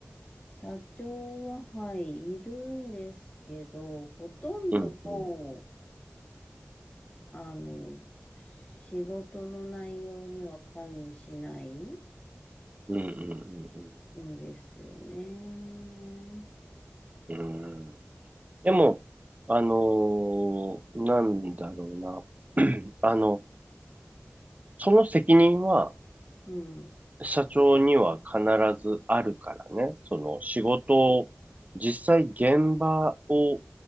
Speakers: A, on the left; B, on the right.
A: 社長は、はい、いるんですけど、ほとんども
B: うんうん
A: う、あの、仕事の内容には関与しない
B: うんうん
A: んですよね。
B: うんうん。うん。でも、あのーなんだろうな。<clears throat> あの、その責任は
A: うん、
B: 社長には必ずあるからね。その仕事を、実際現場を